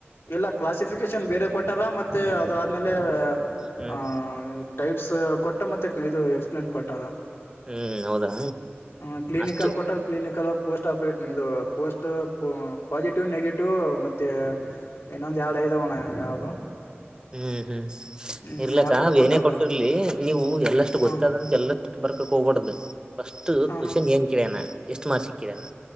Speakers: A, on the left; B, on the right.
A: ಇಲ್ಲ ಕ್ಲಾಸಿಫಿಕೇಶನ್ ಬೇರೆ ಕೊಟ್ಟಾರ ಮತ್ತೆ ಅದಾದ್ಮೇಲೆ
B: ಹ್ಮ್
A: ಆ ಟೈಪ್ ಸ ಕೊಟ್ಟ ಮತ್ತೆ ಇದು ಎಕ್ಸಪ್ಲೇನ್ ಕೊಟ್ಟಾರ
B: ಹ್ಮ್ ಹೌದಾ
A: ಹಾ ಕ್ಲಿನಿಕಲ್ಲಿ
B: ಅಷ್ಟು
A: ಕೊಟ್ಟಾರ ಕ್ಲಿನಿಕ ಪೋಸ್ಟ್ ಆಪ್ರೇಟ್ ಇದು ಪೋಸ್ಟ್ ಪಾಸಿಟಿವ್ ನೆಗೆಟಿವ್ ಮತ್ತೆ ಇನ್ನೊಂದ ಯಾಡ್ ಐದಾವಣ್ಣ ಯಾವ್ದು
B: ಹ್ಮ್ ಹ್ಮ್
A: ಹ್ಮ್
B: ಇರ್ಲಾಕ್ಕ
A: ಆತರ ಕೊಟ್ಟವ್ರ
B: ಏನೇ ಕೊಟ್ಟಿರ್ಲಿ ನೀವು ಎಲ್ಲಷ್ಟು ಗೊತ್ತಾದಂತ
A: ಹ
B: ಎಲ್ಲಷ್ಟು ಬರ್ ಕೋಗ್ಬಡದು ಫಸ್ಟ್
A: ಹ
B: ಕ್ವಶನ್
A: ಹ
B: ಏನ್ ಕೇಳ್ಯಾನ ಎಷ್ಟು ಮಾರ್ಕ್ಸಗ ಕೇಳ್ಯಾನ